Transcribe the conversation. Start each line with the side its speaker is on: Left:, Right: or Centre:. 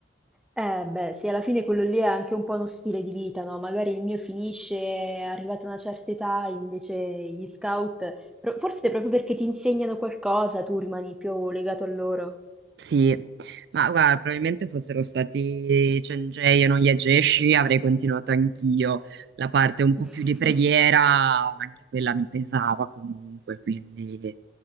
Centre: Eh, beh, sì, alla fine quello lì è anche un po' uno stile di vita, no? Magari il mio finisce, è arrivata a una certa età, invece gli scout, pro- forse proprio perché ti insegnano qualcosa, tu rimani più legato a loro.
Right: Sì, ma guarda, probabilmente fossero stati Cengiei e non Yageshi, avrei continuato anch'io. La parte un po'
Centre: <laughs>
Right: più di preghiera, anche quella mi pesava comunque, quindi...